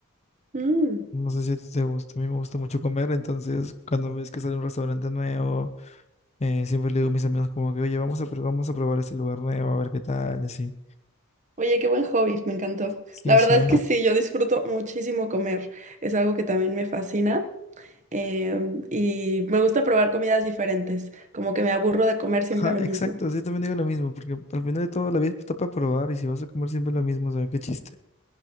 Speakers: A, on the right; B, on the left.
A: Mm.
B: No sé si a ti te gusta, a mí me gusta mucho comer, entonces cuando ves que sale un restaurante nuevo, eh, siempre le digo a mis amigos como que, oye, vamos a, pr- vamos a probar este lugar nuevo, a ver qué tal, y así.
A: Oye, qué buen hobby, me encantó.
B: Sí,
A: La verdad
B: sí, a
A: es que sí, yo disfruto muchísimo comer. Es algo que también me fascina. em, y me gusta probar comidas diferentes. Como que me aburro de comer siempre
B: Ajá,
A: lo
B: exacto,
A: mismo.
B: sí, yo también digo lo mismo, porque al final de todo la vida está para probar y si vas a comer siempre lo mismo, o sea, qué chiste.